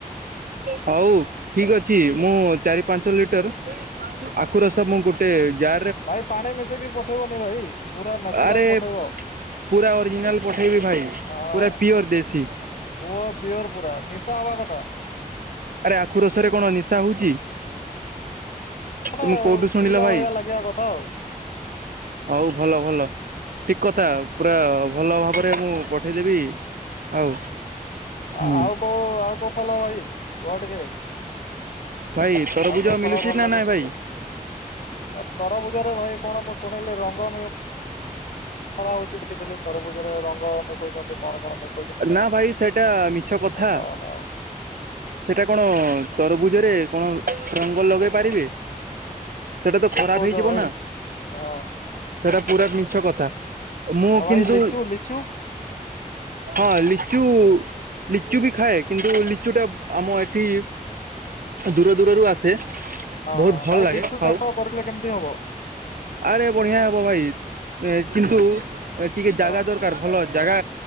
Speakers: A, on the right (about 85°); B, on the left (about 65°).
A: ହଉ ଠିକ ଅଛି ମୁଁ ଚାରି ପାଞ୍ଚ ଲିଟର ଆଖ ରସ ମୁଁ ଗୋଟେ ଯା
B: ଭାଇ ପାଣି ମିଶେଇକି ପଠେଇବନି ଭାଇ ପୁରା ନାଚୁରାଲ
A: ଆରେ
B: ପଠେଇବ।
A: ପୁରା ଅରିଜିନାଲ ପଠେଇବି ଭାଇ ପୁରା
B: ହଁ
A: ପିଓର ଦେଶୀ।
B: ଓ ପିଓର ପୁରା ନିଶା ହବା କଥା।
A: ଆରେ ଆଖୁ ରସରେ କଣ ନିଶା ହଉଛି? ତମେ
B: ନଲେ
A: କୋଉଠୁ ଶୁଣିଲ
B: ପିଇଲା
A: ଭାଇ
B: ଭଳିଆ ଲାଗିବା କଥା ଆଉ।
A: ହଉ ଭଲ ଭଲ ଠିକ କଥା ପୁରା ଭଲ ଭାବରେ ମୁଁ ପଠେଇଦେବି। ଆଉ ହୁଁ
B: ହଁ ଆଉ କୋଉ ଆଉ କୋଉ ଭଲ ଭାଇ କହ ଟିକେ।
A: ଭାଇ ତରଭୁଜ
B: ଆଉ କୋଉ
A: ମିଳୁଛି
B: ଫଳ ଭଲ
A: ନା
B: ଲାଗୁଛି
A: ନାଇଁ ଭାଇ
B: କୁହ? ଆ ତରଭୁଜରେ ଭାଇ କଣ ମୁଁ ଶୁଣିଲି ରଙ୍ଗ ମରା ହଉଛି କି ଦେଲେ ତରଭୁଜରେ ରଙ୍ଗ ମିଶଉଛନ୍ତି। କଣ କଣ ମି
A: ନା ଭାଇ ସେଇଟା ମିଛ କଥା।
B: ଖାଅନା ଆଉ
A: ସେଟା କଣ ତରଭୁଜରେ କଣ ରଙ୍ଗ ଲଗେଇ ପାରିବେ? ସେଟା ତ ଖରାପ
B: ଠିକ୍ କହୁଛ
A: ହେଇଯିବ
B: ଭାଇ
A: ନା
B: ହଁ
A: ସେଟା ପୁରା ମିଛ କଥା। ମୁଁ
B: ଆଉ
A: କିନ୍ତୁ
B: ଭାଇ ଲିଚୁ ଲିଚୁ?
A: ହଁ ଲିଚୁ ଲିଚୁ ବି ଖାଏ କିନ୍ତୁ ଲିଚୁଟା ଆମ ଏଠି ଦୂର ଦୂରରୁ ଆସେ।
B: ଅହ
A: ବହୁତ ଭଲ
B: ଭାଇ
A: ଲାଗେ
B: ଲିଚୁ
A: ଖାଉ
B: ଚାଷ କରିଲେ କେମିତି ହବ?
A: ଆରେ ବଢିଆ ହବ ଭାଇ କିନ୍ତୁ ଟିକେ ଜାଗା
B: ହଁ
A: ଦର କାର୍ ଭଲ ଜାଗା